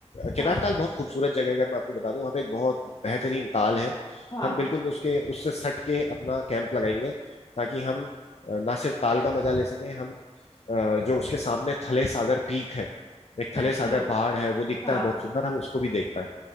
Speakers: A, on the left; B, on the left.
A: केदारताल
B: हाँ
A: बहुत खूबसूरत जगह है अगर मैं आपको बता दूं वहाँ पे एक बहुत बेहतरीन ताल है
B: हाँ
A: हम बिल्कुल उसके उससे सट के अपना कैंप लगाएंगे ताकि हम अ, ना सिर्फ ताल का मजा ले सकें हम अ, जो उसके सामने थले सागर पीक है एक
B: अच्छा
A: थले सागर पहाड़ है वो दिखता
B: हाँ
A: है बहुत सुंदर हम उसको भी देख पाए